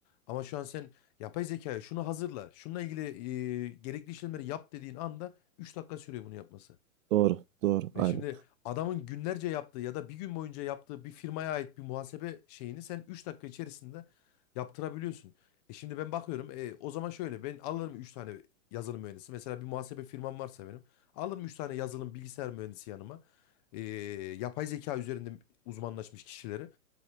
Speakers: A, on the left; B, on the right.
A: Ama şu an sen yapay zekaya şunu hazırla, şununla ilgili e, gerekli işlemleri yap dediğin anda 3 dakika sürüyor bunu yapması.
B: Doğru, doğru, aynen.
A: E şimdi adamın günlerce yaptığı ya da bir gün boyunca yaptığı bir firmaya ait bir muhasebe şeyini sen 3 dakika içerisinde yaptırabiliyorsun. E şimdi ben bakıyorum e, o zaman şöyle ben alırım 3 tane yazılım mühendisi. Mesela bir muhasebe firmam varsa benim alırım 3 tane yazılım bilgisayar mühendisi yanıma. E, yapay zeka üzerinde uzmanlaşmış kişileri.